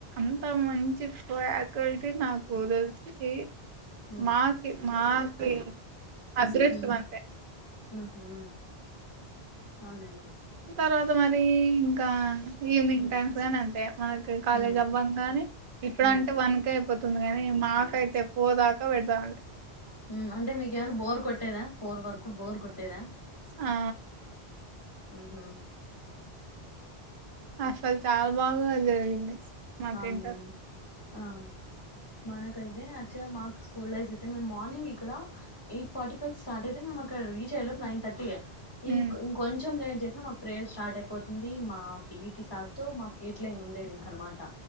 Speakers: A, on the right (about 60°); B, on the left (about 25°).
A: ంత మంచి ఫ్యాకల్టీ నాకు తెలిసింది
B: మ్మ్
A: మాకి మాకి అదృష్టమంత
B: మ్మ్ హ్మ్ అవునండి
A: తర్వాత మరి ఇంకా ఈవినింగ్
B: హ్మ్
A: టైమ్స్ గాని అంతే మనకి కాలేజ్
B: హ్మ్
A: అవ్వం గానీ ఇప్పుడు
B: హ్మ్
A: అంటే వన్కే అయిపోతుంది ని మాకయితే పోదాకా పెడతాంి
B: ఉమ్ అంటే మీకు ఏమన్నా బోర్ కొట్టేదా ఫోర్ వరకు బోర్ కొట్టేదా
A: ఆ
B: అహ
A: అసలు చాలా బాగా జరిగింది మాకు
B: అవులేనండి
A: ఇంటర్
B: ఆ మనకైతే యాక్చువల్గా మాకు స్కూల్ డైస్ అయితే మేము మార్నింగ్ ఇక్కడ ఎయిట్ ఫార్టీ ఫైవ్ స్టార్ట్ అయితే మేము అక్కడ రీచ్ అయిలోపు నైన్ తర్టీ ఇక
A: ఉమ్
B: కొంచెం లేేట్ చేసినా మాకు ప్రేయర్ స్టార్ట్ అయిపోతుంది మా పిఈటి సార్తో మాకు ఎట్ల ఉండేది ఇంక అనమాట